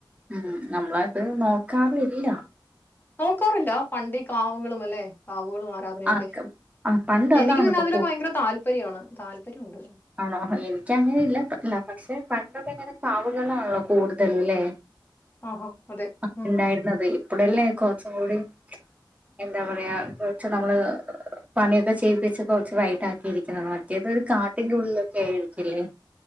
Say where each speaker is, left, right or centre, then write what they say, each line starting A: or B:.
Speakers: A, on the right (about 15°); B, on the left (about 25°).
A: ഉം നമ്മളത് നോക്കാറില്ല
B: നോക്കാറില്ല പണ്ടീ ഈകാവുകളും അല്ലെ കാവുകളും ആരാധനയൊക്കെ
A: ആക്കം ആ പണ്ട് അതാണല്ലോ
B: എനിക്ക് പിന്നെ അതിലൊക്ക ഭയങ്കര താല്പര്യാണ് താല്പര്യ ഉണ്ട്
A: ആണൊ എനിക്ക് അങ്ങനെ ഇല്ല അല്ല പക്ഷെ പണ്ടൊക്ക ഇങ്ങനെ കാവ്കളാണല്ലൊ കൂടുതല് ലേ
B: ആഹാ അതെ
A: ആഹ്
B: ഉം
A: ഇണ്ടായിര്ന്നത് പൊളളൽനെ കെറച്ചും കൂടിം എന്താ പറയാ കെറച്ച് നമ്മള് പണിയൊക്കെ ചെയ്യിപ്പിച്ച് കൊറച്ച് വൈകിട്ടാക്കിയിരിക്കുന്നത് മറ്റേത് ഒരു കാട്ടിന്റെ ഉള്ളിലൊക്കെ ഏയിരിക്കില്ലേ